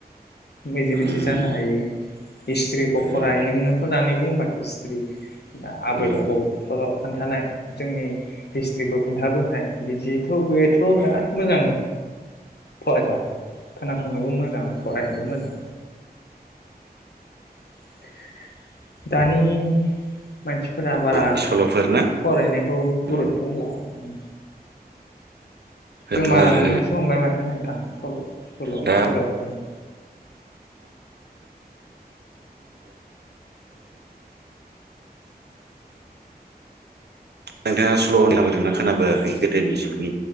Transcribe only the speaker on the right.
उम
उम
उम
उम
बर'नि सल'फोर ना
उम
दाथ'
आरो
दा
नोंथाङा सल' खोनाबोदोंना खोनाबोआखै गोदोनि जुगनि